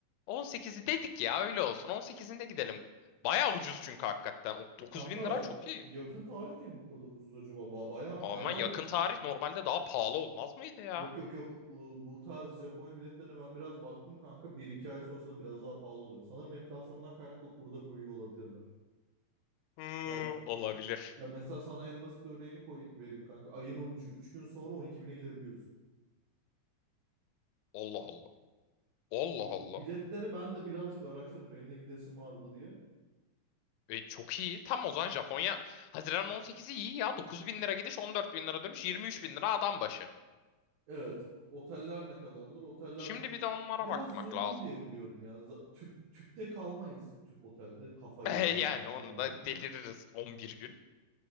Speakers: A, on the left (about 85°); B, on the right (about 70°).
A: 18'i dedik ya öyle olsun. 18'inde gidelim. Baya ucuz çünkü hakikaten. O 9
B: Kanka
A: bin lira çok iyi.
B: yakın tarih diye mi bu kadar ucuz acaba? Ba- Baya
A: Ama
B: baya
A: yakın
B: uygun
A: tarih normalde daha pahalı olmaz mıydı ya?
B: Yok yok yok Iı, bu tarz Japonya biletlerine ben biraz baktım kanka. bir iki ay sonrasında biraz daha pahalı oluyor. Sanırım enflasyondan kaynaklı kurda koyuyor olabilirler.
A: Hı,
B: Belki.
A: olabilir.
B: Ya mesela sana en basit örneğini koyayım, vereyim kanka. Ayın on üçü 3 gün sonra 12 bine gidebiliyorsun.
A: Allah Allah. Allah
B: Bi-
A: Allah.
B: Biletleri ben de birazcık araştırdım. Benim de gidesim vardı diye.
A: E, çok iyi. Tam o zaman Japonya Haziran 18'i iyi ya. 9 bin lira gidiş 14 bin lira dönüş 23 bin lira adam başı.
B: Evet. Oteller ne kadardır? Oteller
A: Şimdi
B: bir,
A: bir de onlara
B: biraz
A: bakmak
B: uygun
A: lazım.
B: diye
A: <laughs>
B: biliyorum ya. Za- Tüp, tüpte kalmayız. Tüp otelde. Kafayı
A: E,
B: yeriz
A: yani
B: büyük ihtimalle.
A: onu da deliririz 11 gün.